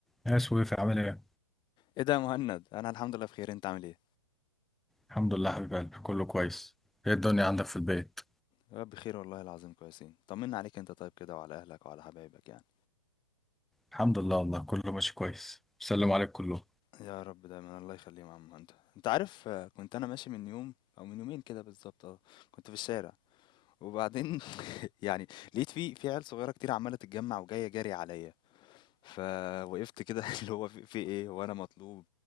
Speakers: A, in the centre; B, on the left.
A: يا سويف عامل ايه؟
B: ايه ده يا مهند انا الحمد لله بخير انت عامل ايه
A: الحمد لله حبيب قلبي كله كويس ايه الدنيا عندك في البيت؟
B: يا رب بخير والله العظيم كويسين طمنا عليك انت طيب كده وعلى اهلك وعلى حبايبك يعني
A: الحمد لله والله كله ماشي كويس بيسلموا عليك كلهم
B: يا رب دايما الله يخليهم يا عم مهند انت عارف آه، كنت انا ماشي من يوم او من يومين كده بالظبط اه كنت في الشارع وبعدين <laughs> يعني لقيت في في عيال صغيره كتير عماله تتجمع وجايه جري عليا فوقفت كده <laughs> اللي هو في, في ايه وانا مطلوب